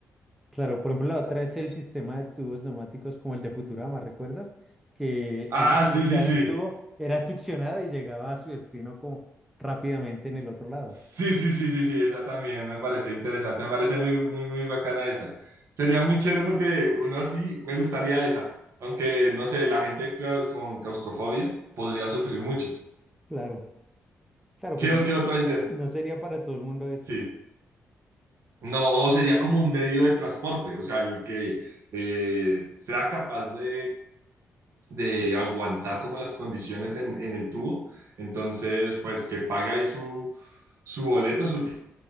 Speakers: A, in the centre; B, on the right.
A: Claro, por ejemplo, la otra es el sistema de tubos neumáticos como el de Futurama, ¿recuerdas? Que
B: Ah,
A: alguien iniciara
B: sí, sí, sí.
A: un tubo, era succionado y llegaba a su destino como rápidamente en el otro lado.
B: Sí, sí, sí, sí, sí, esa también me parece interesante, me parece muy, muy, muy bacana esa. Sería muy chévere porque uno así me gustaría esa, aunque no sé, la gente clau- con claustrofobia podría sufrir mucho.
A: Claro, claro,
B: ¿Qué,
A: pues no,
B: qué otra
A: no,
B: idea?
A: no sería para todo el mundo ese.
B: Sí. No, o sería como un medio de transporte, o sea, el que eh, sea capaz de, de aguantar como las condiciones en, en el tubo. Entonces, pues que pague ahí su, su boleto, su